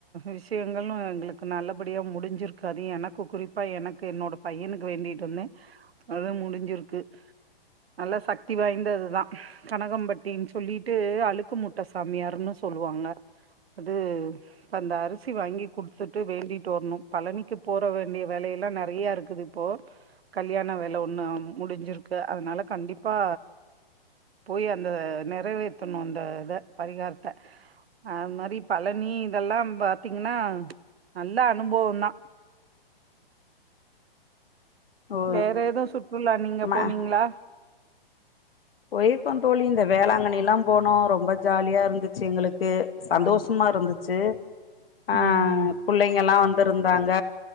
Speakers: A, on the right (about 80°); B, on the left (about 70°).
A: விஷயங்களு எங்களுக்கு நல்லபடியா முடிஞ்சுருக்கு அது எனக்கு குறிப்பா எனக்கு என்னோட பையனுக்கு வேண்டிட்டு வந்தே அதும் முடிஞ்சிருக்கு நல்ல சக்தி வாய்ந்ததுதா கனகம்பட்டின்னு சொல்லிட்டு அழு அலுக்கு முட்டைசாமியாருன்னு சொல்லுவாங்க அது இப்ப அந்த அரிசி வாங்கி குடுத்துட்டு வேண்டிட்டு வரணும் பழனிக்கு போற வேண்டிய வேலைய எல்லாம் நிறைய இருக்குது இப்போ கல்யாண வேலை ஒண்ணு முடிஞ்சிருக்கு அதனால கண்டிப்பா போய் அந்த நிறைவேத்தணும் அந்த இத பரிகாரத்தை அது மாதிரி பழனி இதெல்லாம் பாத்தீங்கன்னா நல்ல அனுபவதா
B: <inaudible> ஓ
A: வேற எதுவும் சுற்றுலா நீங்க
B: ம
A: போனீங்களா
B: போயிருக்கோ தோழி இந்த வேளாங்கண்ணி எல்லாம் போனோ ரொம்ப ஜாலியா இருந்துச்சு எங்களுக் க்கு சந்தோஷமா
A: ஆ
B: இருந்துச்சு ஆ
A: ம்
B: பிள்ளைங்க எல்லாம் வந்து இருந்தாங்க.